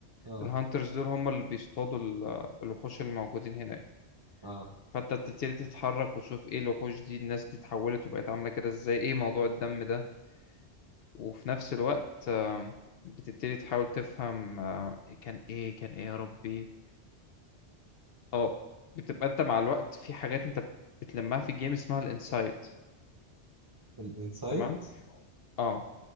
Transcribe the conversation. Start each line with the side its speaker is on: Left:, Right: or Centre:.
Right: اه
Left: الهانترز دول هم اللي بيصطادوا ال- الوحوش اللي موجودين هناك
Right: اه
Left: فانت بتبتدي تتحرك وتشوف ايه الوحوش دي الناس دي اتحولت وبقت عاملة كده ازاي ايه موضوع الدم ده وفي نفس الوقت آم، بتبتدي تحاول تفهم آه، كان ايه كان ايه يا ربي اه بتبقى انت مع الوقت في حاجات انت بتلمها في الجيم اسمها الانسايد
Right: الانسايت
Left: تمام اه